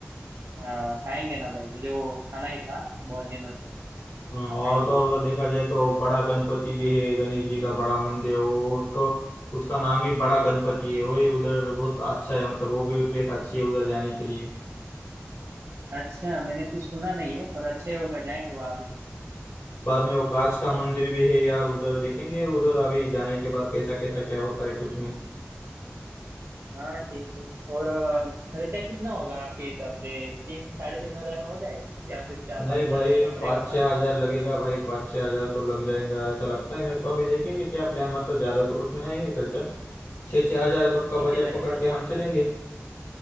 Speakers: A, on the right; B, on the left.
A: आ, खाएंगे ना भाई मुझे वो खाना ही था बहुत दिनों से
B: हाँ,
A: खाएंगे
B: और तो और उधर देखा जाए तो बड़ा गणपति भी है गणेश जी का बड़ा मंदिर वो उसको उसका नाम ही बड़ा गणपति है वही उधर बहुत अच्छा है मतलब वो भी प्लेस अच्छी है उधर जाने के लिए
A: अच्छा मैंने कुछ सुना नहीं है पर अच्छे होगा जाएंगे वहाँ पे।
B: बाद में वो कांच का मंदिर भी है यार उधर देखेंगे उधर अभी जाने के बाद कैसा कैसा क्या होता है कुछ नहीं
A: हाँ ठीक है और अ, खर्चा कितना होगा आपके हिसाब से तीन साढ़े तीन हजार में हो जाएगा या फिर चार
B: नहीं
A: पाँच हजार
B: भाई
A: देना पड़ेगा
B: पाँच
A: साथ
B: छः हजार
A: में
B: लगेगा भाई पाँच छः हजार तो लग जाएगा ऐसा लगता है मेरे को अभी देखेंगे क्या प्लान मतलब ज्यादा तो कुछ नहीं आएंगे खर्चा छः छः हजार सबका
A: ठीक
B: बजट
A: है भाई
B: पकड़
A: मतलब
B: के हम चलेंगे